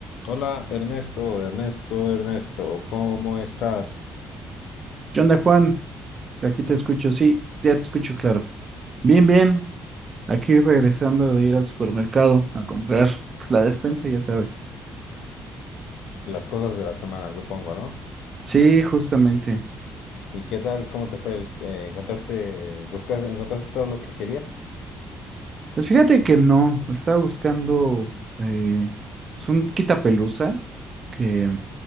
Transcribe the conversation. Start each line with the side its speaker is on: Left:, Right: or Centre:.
Left: Hola Ernesto, Ernesto, Ernesto, ¿cómo estás?
Right: ¿Qué onda, Juan? Aquí te escucho, sí, ya te escucho claro. Bien, bien, aquí regresando de ir al supermercado a comprar pues, la despensa, ya sabes.
Left: Las cosas de la semana, supongo, ¿no?
Right: Sí, justamente.
Left: ¿Y qué tal? ¿Cómo te fue? el- eh, ¿encontraste, buscas, encontraste todo lo que querías?
Right: Pues fíjate que no, estaba buscando eh, pues, un quitapelusa que,